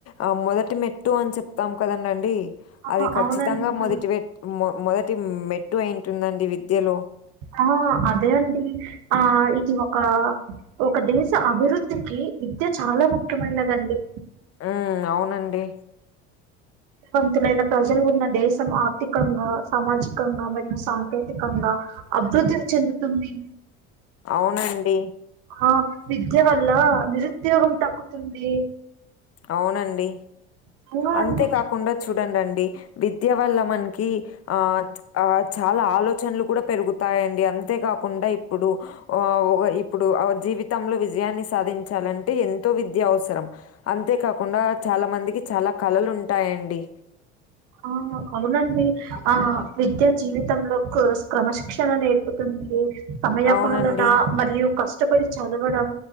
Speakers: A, on the left (about 45°); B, on the right (about 75°).
A: ఆ మొదటి మెట్టు అని చెప్తాం కదండ అండి
B: ఆ
A: అది కఖచ్చితంగా
B: అవునండి
A: మొదటి మొ మొదటి మెట్టు అయింటుందండి విద్యలో
B: ఆ అదే అండి ఆ ఇది ఒక ఒక దేశ అభివృద్ధికి విద్య చాలా ముఖ్యమైనదండి
A: ఉం అవునండి
B: పంతులైన ప్రజలు ఉన్న దేశం ఆర్థికంగా సామాజికంగా మరియు సాంకేతికంగా అభివృద్ధిని చెందుతుంది
A: అవునండి
B: ఆ విద్య వల్ల నిరుద్యోగం తగ్గుతుంది
A: అవునండి
B: నిజంగా
A: అంతే
B: అండి
A: కాకుండా చూడండివిద్య వల్ల మనకి ఇ ఆ ఆ చాలా ఆలోచనలు కూడా పెరుగుతాయండి అంతేకాకుండా ఇప్పుడు ఒ హ ఇప్పుడు జీవితంలో విజయాన్ని సాధించాలంటే ఎంతో విద్య అవసరం అంతేకాకుండా చాలా మందికి చాలా కళలు ఉంటాయండి
B: ఆ అవునండి ఆ విద్యా జీవితంలో క్రమశిక్షణ నేర్పుతుంది సమయ
A: అవునండి.
B: పాలన మరియు కష్టపడి చదవడం